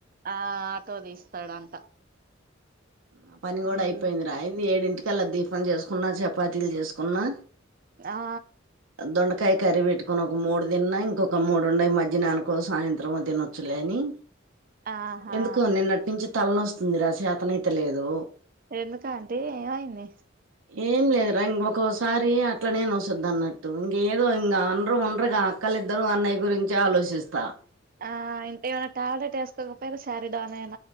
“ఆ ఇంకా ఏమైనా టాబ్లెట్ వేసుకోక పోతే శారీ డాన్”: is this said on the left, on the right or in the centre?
Right